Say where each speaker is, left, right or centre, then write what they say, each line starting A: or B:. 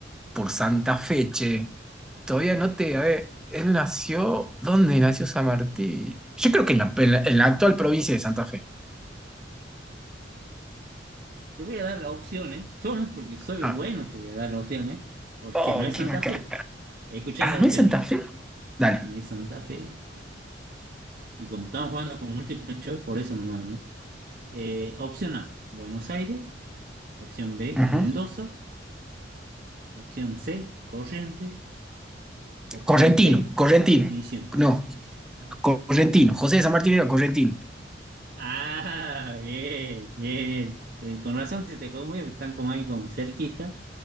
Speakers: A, in the centre; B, on the right.
A: por Santa Fe, che. Todavía no te... A ver, él nació... ¿Dónde nació San Martín? Yo creo que en la, en la- en la actual provincia de Santa Fe.
B: Te voy a dar las opciones, solo porque soy
A: Ah.
B: bueno, te voy a dar las opciones, porque
A: Oh,
B: no es
A: qué
B: Santa
A: macana.
B: Fe. Escuchá
A: Ah,
B: las
A: ¿no
B: opciones,
A: es Santa Fe? Dale.
B: no es Santa Fe. Y como estamos jugando con múltiples choice, por eso no, ¿no? Eh, opción A, Buenos Aires. Opción B,
A: Ujú.
B: Mendoza. Opción C, Corrientes. Opción
A: Correntino,
B: D,
A: Correntino.
B: Misiones.
A: No,
B: Ah,
A: Correntino. José de San Martín era Correntino.
B: <laughs> ah, bien, bien. Eh, con razón se te conmueve, están como ahí como cerquita